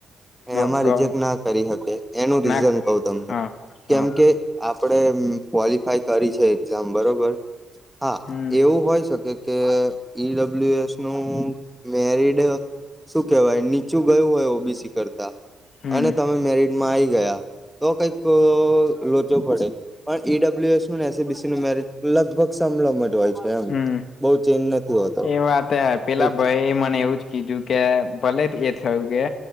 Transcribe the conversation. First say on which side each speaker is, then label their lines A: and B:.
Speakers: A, on the left; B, in the centre.
A: ડો
B: એમાં
A: ડો
B: રિજેક્ટ ના કરી હકે એનું રીઝન
A: ના
B: કવ તમને
A: હા હા
B: કેમ કે આપણે ક્વોલિફાય કરી છે એક્ઝામ બરોબર હા
A: હમ
B: એવું હોય શકે કે ઈ ડબલ્યુ એસ નું મેરિડ શું કહેવાય નીચું ગયું હોય ઓ. બી. સી કરતા
A: હમ
B: અને તમે મેરિટમાં આવીઈ ગયા તો કઈક લોચો પડે પણ ઈ. ડબ્લ્યુ. એસને એ. સી. બી. સી ન મેરિટ લગભગ સમલમ જ હોય છે એમ
A: હમ,
B: બઉ ચેન્જ નથી હોતો
A: એ વાત હ, પેલા
B: એક
A: ભાઈ મને એવું જ- -કીધુકે ભલે જે થયું કે